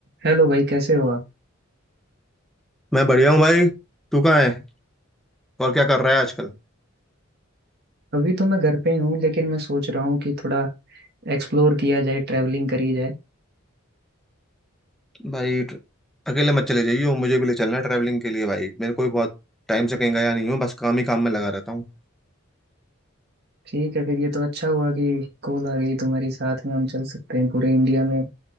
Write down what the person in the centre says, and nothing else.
मैं बढ़िया हूँ भाई तू कहाँ है और क्या कर रहा है आजकल
भाई ट- अकेले मत चले जाइयो मुझे भी ले चलना है ट्रैवलिंग के लिए भाई मेरे को भी बहुत टाइम से कहीं गया नहीं हूँ बस काम ही काम में लगा रहता हूँ